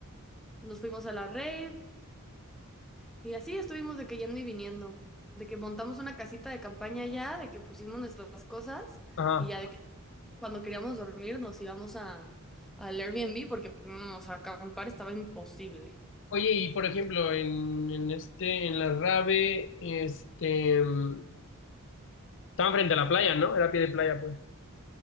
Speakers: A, in the centre; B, on the left.
A: nos fuimos a la rave, Y así estuvimos de que yendo y viniendo, de que montamos una casita de campaña ya, de que pusimos nuestras cosas
B: Ajá.
A: y ya de que cuando queríamos dormir nos íbamos a al Airbnb porque pues, no, o sea, acampar estaba imposible.
B: Oye, y por ejemplo, en, en este, en la Rave, este, mm, Estaban frente a la playa, ¿no? Era pie de playa, pues.